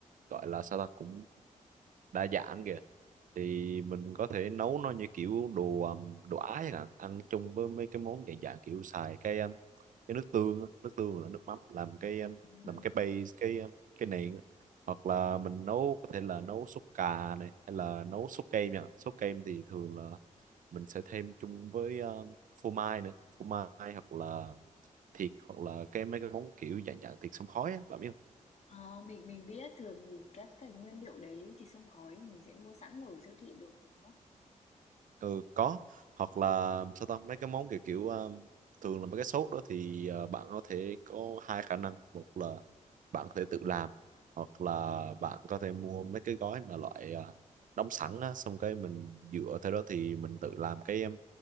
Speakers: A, on the right; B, on the left.
A: gọi là sao ta cũng đa dạng kìa thì mình có thể nấu nó như kiểu đồ um, đồ Á chẳng hạn ăn chung với mấy cái món dạng dạng kiểu xài cái um, cái nước tương á, nước tương là nước mắm làm cái um,
B: Ừm.
A: làm cái base cái um, cái nền á. hoặc là mình nấu có thể là nấu súp cà này hay là nấu súp kem nha súp kem thì thường là mình sẽ thêm chung với um, phô mai nữa phô mai hoặc là thịt hoặc là cái mấy cái món kiểu dạng dạng thịt xông khói á, bạn biết
B: Ờ, mình mình biết thường thì các cái nguyên liệu đấy thì xông khói thì mình sẽ mua sẵn ở siêu thị được, đúng không?
A: ừ có hoặc là sao ta mấy cái món kiểu kiểu um, thường là mấy cái sốt đó thì ờ, bạn có thể có hai khả năng một là bạn có thể tự làm hoặc là bạn có thể mua mấy cái gói mà loại ờ, đóng sẵn á, xong cái mình dựa theo đó thì mình tự làm cái um,